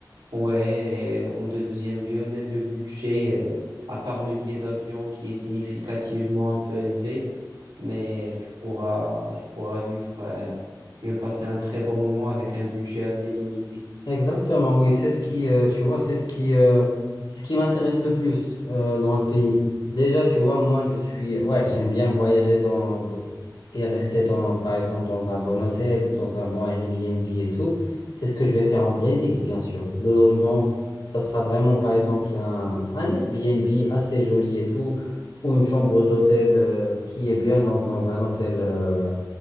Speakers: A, on the right (about 80°); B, on the left (about 85°).
A: Ouais, et en deuxième lieu, même le budget, euh, à part le billet d'avion qui est significativement un peu élevé, mais tu pourras, tu pourras vivre, euh, bien passer un très bon moment avec un budget assez limité.
B: Exactement, oui, c'est ce qui, euh, tu vois, c'est ce qui, euh, c'est ce qui m'intéresse le plus euh, dans le pays. Déjà, tu vois, moi, je suis, ouais, j'aime bien voyager dans, de- et rester dans, par exemple, dans un bon hôtel ou dans un bon Airbnb et tout. C'est ce que je vais faire en Brésil, bien sûr. Le logement, ça sera vraiment, par exemple, un, un Airbnb assez joli et tout, ou une chambre d'hôtel euh, qui est bien, donc dans un hôtel. euh,